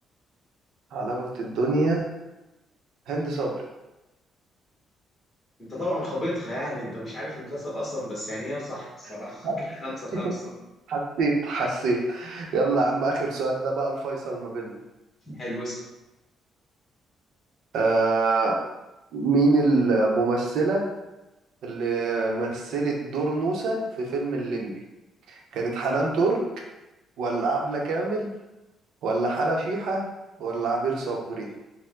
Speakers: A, on the right; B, on the left.
A: حلاوة الدنيا هند صبري
B: انت طبعا خابطها يعني انت مش عارف المسلسل اصلا بس يعني هي صح الصراحه
A: <laughs>
B: <laughs> كده خمسة خمسة
A: حسيت حسيت يلا يا عم آخر سؤال ده بقى الفيصل ما بيننا
B: حلو اسأل
A: آه مين الممثلة اللي مثلت دور نوسة في فيلم الليمبي كانت حنان ترك ولا عبلة كامل ولا حلا شيحة ولا عبير صبري